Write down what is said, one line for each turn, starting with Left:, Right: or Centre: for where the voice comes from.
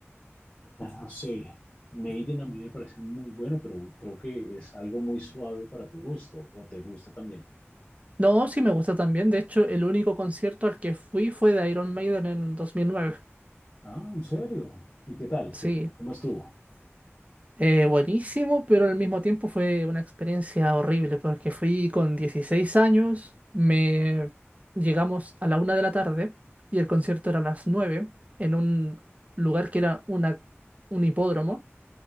Left: no sé, Maiden a mí me parece muy bueno, pero creo que es algo muy suave para tu gusto, o te gusta también.
Right: No, sí me gusta también. De hecho, el único concierto al que fui fue de Iron Maiden en el 2009.
Left: Ah, ¿en serio? ¿Y qué tal?
Right: Sí,
Left: ¿Qué tal? ¿Cómo estuvo?
Right: Eh, buenísimo, pero al mismo tiempo fue una experiencia horrible porque fui con 16 años, me llegamos a la una de la tarde y el concierto era a las 9 en un lugar que era una, un hipódromo,